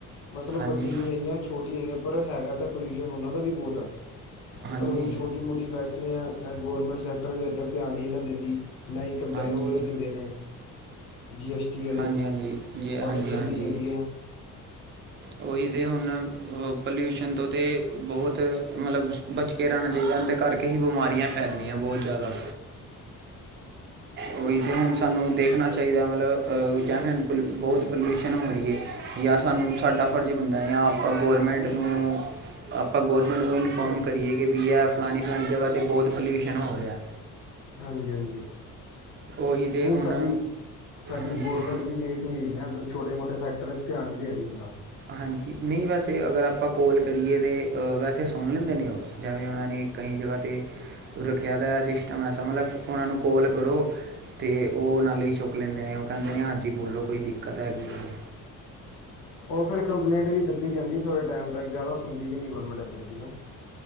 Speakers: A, on the left; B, on the right.
A: ਮਤਲਬ
B: ਹਾਂਜੀ
A: ਵੱਡੀ ਨਹੀਂ ਹੈਗੀਆ ਛੋਟੀ ਹੈਗੀਆਂ। ਪਰ ਹੈਗਾ ਤਾਂ ਪੋਲਿਊਸ਼ਨ ਉਹਨਾਂ ਦਾ ਵੀ ਬਹੁਤ ਹੈ।
B: ਹਾਂਜੀ
A: ਪਰ ਹੁਣ ਛੋਟੀ ਮੋਟੀ ਫੈਕਟ ਗੋਰਮੈਂਟ ਸੈਕਟਰ ਵੀ ਇਧਰ ਧਿਆਨ ਹੀ ਨਾ ਦਿੰਦੀ। ਨਾ ਇਨਕਮ ਟੈ
B: ਹਾਂਜੀ
A: ਉਹ ਦਿੰਦੇ ਨੇ। ਜੀ ਐਸ ਟੀ ਵਾਲੇ
B: ਹਾਂਜੀ ਹਾਂਜੀ ਜੀ ਹਾਂਜੀ
A: ਬਸ ਚੱਲੀ
B: ਹਾਂਜੀ
A: ਜਾਂਦੀ ਹੈ।
B: ਉਹੀ ਤਾਂ ਹੁਣ ਪੋਲਿਊਸ਼ਨ ਤੋਂ ਤਾਂ ਬਹੁਤ ਮਤਲਬ ਬਚ ਕੇ ਰਹਿਣਾ ਚਾਹੀਦਾ ਇਹਦੇ ਕਰਕੇ ਹੀ ਬਿਮਾਰੀਆਂ ਫੈਲਦਿਆਂ
A: ਹਾਂਜੀ
B: ਬਹੁਤ ਜ਼ਿਆਦਾ।
A: ਹਾਂਜੀ
B: ਉਹੀ ਤੇ ਹੁਣ ਸਾਨੂੰ ਦੇਖਣਾ ਚਾਹੀਦਾ ਮਤਲਬ ਜਾ ਪੁਲ ਬਹੁਤ ਪੋਲਿਊਸ਼ਨ ਹੋ ਰਹੀ ਹੈ ਜਾਂ ਸਾਨੂੰ ਸਾਡਾ ਫਰਜ਼ ਬਣਦਾ ਜਾਂ ਆਪਾਂ ਗੌਰਮੈਂਟ ਨੂੰ ਆਪਾਂ ਗੌਰਮੈਂਟ ਨੂੰ ਇਨਫੋਰਮ ਕਰੀਏ ਕਿ ਵੀ ਇਹ ਫਲਾਣੀ-ਫਲਾਣੀ ਜਗ੍ਹਾ 'ਤੇ ਬਹੁਤ ਪੋਲਿਊਸ਼ਨ ਹੋ ਰਿਹਾ।
A: ਹਾਂਜੀ-ਹਾਂਜੀ,
B: ਉਹੀ ਤੇ
A: ਨਹੀਂ
B: ਹੁਣ
A: ਸਾਡੀ-ਸਾਡੀ
B: ਹਾਂਜੀ
A: ਗਰਮੈਂਟ ਵੀ ਵੇਖ ਪੁਲਿਸ ਨਾ ਇੱਧਰ ਛੋਟੇ- ਮੋਟ ਸਕਟਰ ਚ ਧਿਆ ਨੀ ਦੇ ਰਹੀ ਇਨਾ।
B: ਹਾਂਜੀ, ਨਹੀਂ ਵੈਸੇ ਅਗਰ ਆਪਾਂ ਕੋਲ ਕਰੀਏ ਤਾਂ ਵੈਸੇ ਸੁਣ ਲੈਂਦੇ ਨੇ ਉਹ ਜਿਵੇਂ ਉਹਨਾਂ ਨੇ ਕਈ ਜਗਾ ਤੇ ਰੱਖਿਆ ਤਾਂ ਸਿਸਟਮ ਐਸਾ ਮਤਲਬ ਉਹਨਾਂ ਨੂੰ ਕਾਲ ਕਰੋ। ਤੇ ਉਹ ਨਾਲੇ ਹੀ ਚੁੱਕ ਲੈਂਦੇ ਨੇ ਉਹ ਕਹਿੰਦੇ ਨੇ ਹਾਂਜੀ, ਬੋਲੋ ਕੋਈ ਦਿੱਕਤ ਹੈਗੀ ਏ ਤੇ।
A: ਉਹ ਫਿਰ ਕੰਪਲੇਂਟ ਵੀ ਦੱਬੀ ਜਾਂਦੀ। ਥੋੜੇ ਟਾਈਮ ਤੱਕ, ਜ਼ਿਆਦਾ ਸੁਣਦੀ ਵੀ ਨੀ ਗੌਰਰਮੈਂਟ ਇਧਰ ਦੀ ਨਾ।